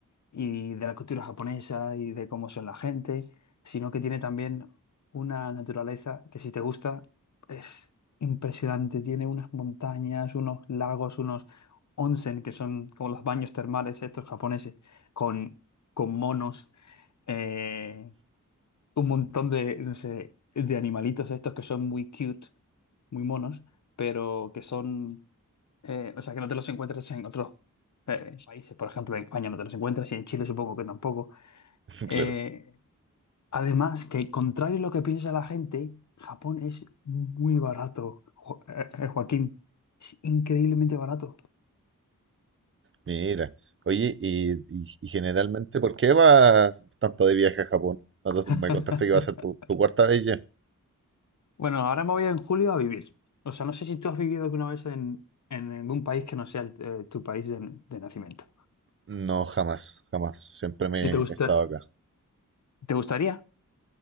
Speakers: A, on the left; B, on the right.
A: y de la cultura japonesa y de cómo son la gente, sino que tiene también una naturaleza que si te gusta es impresionante. Tiene unas montañas, unos lagos, unos onsen, que son como los baños termales estos japoneses, con, con monos. eh, un montón de, no sé, de animalitos estos que son muy cute, muy monos, pero que son, eh, o sea, que no te los encuentras en otros eh, países. Por ejemplo, en España no te los encuentras y en Chile supongo que tampoco. Eh,
B: Claro.
A: además, que contrario a lo que piensa la gente, Japón es muy barato, Jo- eh, eh, Joaquín. Es increíblemente barato.
B: Mira, oye, y, y- y generalmente, ¿por qué vas tanto de viaje a Japón? Cuando
A: <laughs>
B: Me contaste que va a ser tu, tu cuarta vez ya.
A: Bueno, ahora me voy en julio a vivir. O sea, no sé si tú has vivido alguna vez en, en algún país que no sea el- eh, tu país de de nacimiento.
B: No, jamás, jamás. Siempre me
A: ¿Y te gusta,
B: he estado acá.
A: te gustaría?